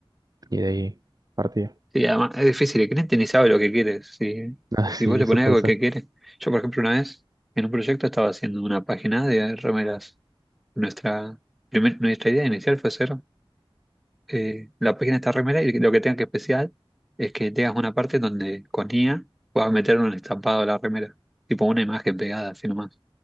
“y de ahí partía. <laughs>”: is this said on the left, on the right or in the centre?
Right